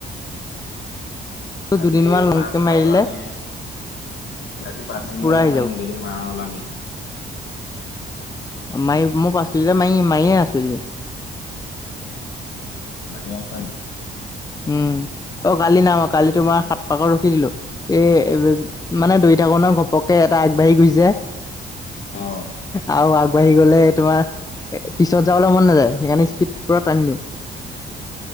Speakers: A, on the left; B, on the left.
A: আজি
B: দুদিনমান লংকে
A: পাঁচ
B: মাৰি
A: মাৰিম
B: দিলে
A: আজি কি পাঁচ কিলোমিটাৰ
B: পুৰা আহি
A: মাৰিম,
B: যাব
A: যদি মাৰ ওলাবি।
B: মাৰি মোৰ পাঁচ কিলোমিটাৰ এ মাৰি মাৰি এ আছো এই কেইদিন।
A: মাৰিয়েই আছা নেকি?
B: উম, অ' কালি নাই মৰা, কালি তোমাৰ সাত পাকৰ ৰখি দিলো। এই মানে দৌৰি থাকোটে ঘপককে এটা আগবাঢ়ি গুছি যায়,
A: অ
B: আৰু আগবাঢ়ি গ'লে তোমাৰ এ পিছত যাবলৈ মন নাযায়, সেইকাৰণে স্পীড পুৰা টান দিওঁ।